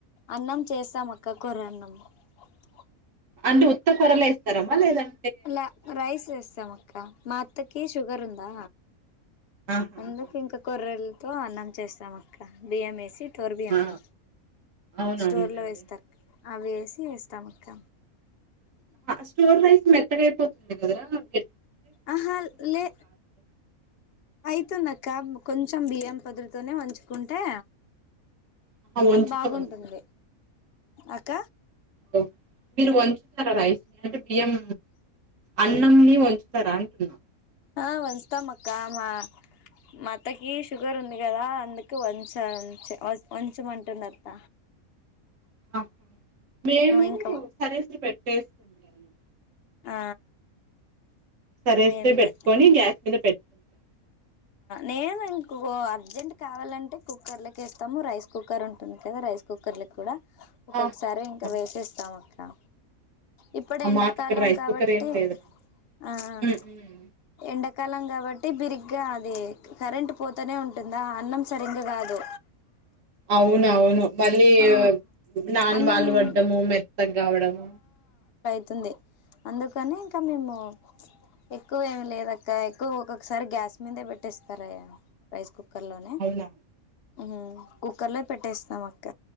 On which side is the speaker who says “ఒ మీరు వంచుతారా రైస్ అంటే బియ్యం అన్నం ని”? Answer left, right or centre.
Right